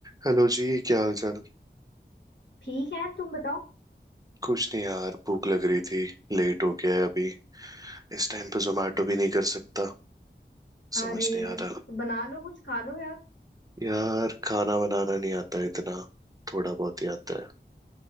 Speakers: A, on the right; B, on the left.
A: Hello जी क्या हाल चाल
B: ठीक है तुम बताओ
A: कुछ नहीं यार भूख लग रही थी लेट हो गया है अभी इस टाइम पे जोमेटो भी नहीं कर सकता समझ
B: अरे
A: नहीं आ
B: तो
A: रहा
B: बना लो कुछ खा लो यार
A: यार खाना बनाना नहीं आता इतना थोड़ा बहुत ही आता है